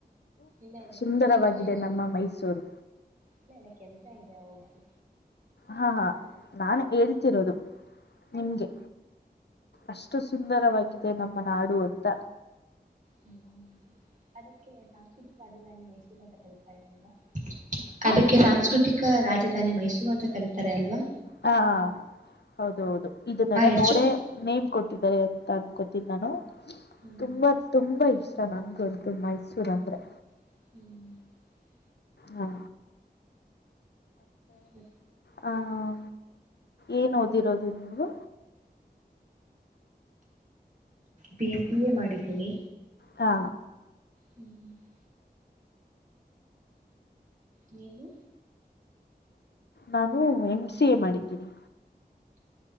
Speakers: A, on the right (about 50°); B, on the left (about 85°).
A: ಇಲ್ಲ ಇಲ್ಲ
B: ಸುಂದರವಾಗಿದೆ
A: ಕೆಲ್ಸ ಇದೆ ಅಮ್ಮ
B: ನಮ್ಮ ಮೈಸೂರು
A: ಇಲ್ಲ ಇಲ್ಲ ಕೆಲ್ಸ ಇದೆ ಹೋಗು
B: ಹಾ ಹಾ ನಾನ ಹೇಳ್ತಿರೋದು ನಿಮ್ಗೆ ಅಷ್ಟು ಸುಂದರವಾಗಿದೆ ನಮ್ಮ ನಾಡು ಅಂತ.
A: ಹ್ಮ್ ಅದಕ್ಕೆ ಸಾಂಸ್ಕೃತಿಕ ರಾಜಧಾನಿ ಮೈಸೂರು ಅಂತ ಕರಿತಾರೆ ಅಲ್ವಾ
B: ಹಾ
A: ಅದಕ್ಕೆ ಸಾಂಸ್ಕೃತಿಕ ರಾಜಧಾನಿ ಮೈಸೂರು ಅಂತ ಕರಿತಾರೆ ಅಲ್ವಾ
B: ಹಾ ಹೌದ ಹೌದು ಇದನ್ನೆಲ್ಲ
A: ಆ ಹೆಸರು
B: ನೋಡೇ ನೇಮ್ ಕೊಟ್ಟಿದ್ದಾರೆ ಅ ಅನ್ಕೋತೀನಿ ನಾನು
A: ಹ್ಮ್
B: ತುಂಬಾ ತುಂಬಾ ಇಷ್ಟ ನನ್ಗಂತು ಮೈಸೂರ್ ಅಂದ್ರೆ
A: ಹ್ಮ್
B: ಹಾ
A: ಹ್ಮ
B: ಹ ಏನು ಓದಿರೋದು ನೀವು
A: ಬಿ ಸಿ ಎ ಮಾಡಿದ್ದೀನಿ
B: ಹಾ
A: ಹ್ಮ್ <inaudible> ನೀವು
B: ನಾನು ಎಮ್ ಸಿ ಎ ಮಾಡಿದ್ದೀನಿ